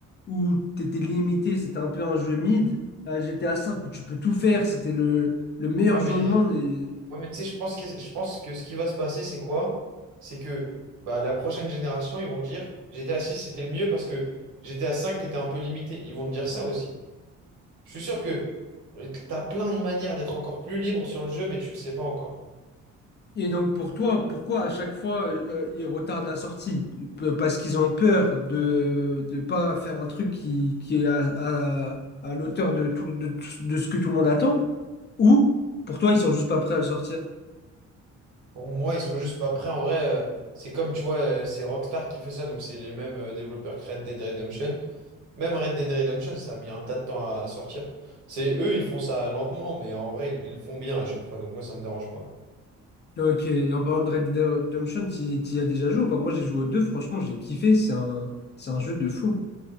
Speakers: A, on the left; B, on the right.
A: où t'étais limité, c'était un peu un jeu mid, à GTA 5 où tu peux tout faire, c'était le, le meilleur
B: Ouais,
A: jeu
B: mais,
A: au monde. Et
B: ouais, mais tu sais, je pense que... je pense que ce qui va se passer, c'est quoi? C'est que bah, la prochaine génération, ils vont dire GTA six c'était le mieux parce que GTA cinq t'étais un peu limité. Ils vont te dire ça aussi. Je suis sûr que euh, t'as plein de manières d'être encore plus libre sur le jeu, mais tu le sais pas encore.
A: Et donc pour toi, pourquoi à chaque fois euh, euh, ils retardent la sortie? Pe- Parce qu'ils ont peur de ne pas faire un truc qui, qui est à, à- à l'auteur de, tout- de, tout- de ce que tout le monde attend? Ou pour toi, ils sont juste pas prêts à le sortir?
B: Pour moi, ils sont juste pas prêts. En vrai, euh, c'est comme tu vois, euh, c'est Rockstar qui fait ça, donc c'est les mêmes euh, développeurs que Red Dead Redemption. Même Red Dead Redemption, ça a mis un tas de temps à sortir. C'est eux, ils font ça lentement, mais en vrai, ils, ils le font bien à chaque fois, donc moi, ça me dérange pas.
A: Bah, Ok, et en parlant de Red Dead Redemption, t'y y as déjà joué ou pas? Moi j'ai joué aux deux, franchement j'ai kiffé, c'est un, c'est un jeu de fou.